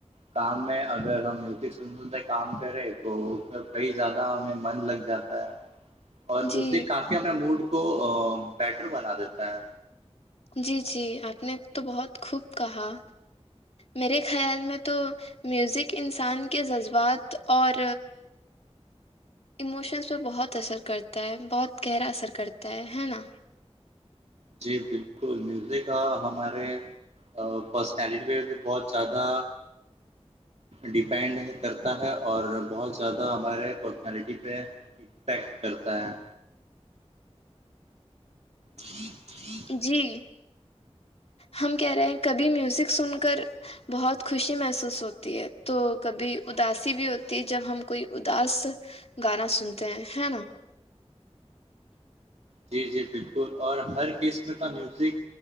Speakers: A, on the right; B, on the left.
A: کام میں اگر ہم میوزک سن سنتے کام کرے تو اس میں کئی زیادہ ہمیں من لگ جاتا ہے اور
B: جی
A: اسی کافی ہمنے موڈ کو بیٹر بنا دیتا ہے
B: جی جی آپ نے تو بہت خوب کہا میرے خیال میں تو میوزک انسان کے جذبات اور ایموشنس پہ بہت اثر کرتا ہے بہت گہرا اثر کرتا ہے ہے نا
A: جی بالکل میوزک ہمارے پرسنالٹی پ بھی بہت زیادہ ڈیپینڈ ہے کرتا ہے اور بہت زیادہ ہمارے پرسنالٹی پہ یکٹ کرتا ہے جی جی <unintelligible> <inaudible>
B: جی ہم کہہ رہے ہیں کبھی میوزک سن کر بہت خوشی محسوس ہوتی ہے تو کبھی اداسی بھی ہوتی ہے جب ہم کوئی اداس گانا سنتے ہیں ہے نا
A: جی جی بالکل اور ہر قسم کا میوزک